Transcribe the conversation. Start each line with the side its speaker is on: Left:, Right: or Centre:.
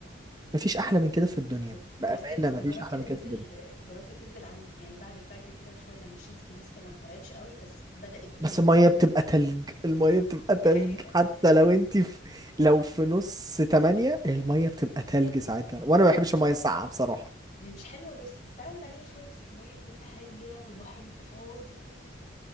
Right: مفيش احلى من كده في الدنيا
Left: بالظبط
Right: بأمانة
Left: بس تنزل
Right: مفيش
Left: جربت
Right: احلى
Left: تنزل
Right: من كده في الدنيا
Left: جربت تنزل عند يعني بعد الفجر كده بشوية لما الشمس لسه ما طلعتش قوي بس بدأ يبقى فيه
Right: بس
Left: نور
Right: المية بتبقى تلج المية بتبقى
Left: دي
Right: تلج
Left: حقيقة
Right: حتى
Left: دي حقيقة
Right: لو انتي في لو في نص تمانية المية بتبقى تلج ساعتها
Left: دي
Right: وانا
Left: حقيقة
Right: ما بحبش
Left: بس
Right: المية الساقعة بصراحة
Left: هي مش حلوة بس بتتعود عليها شوية بس المية بتبقى هادية والبحر بيبقى فاضي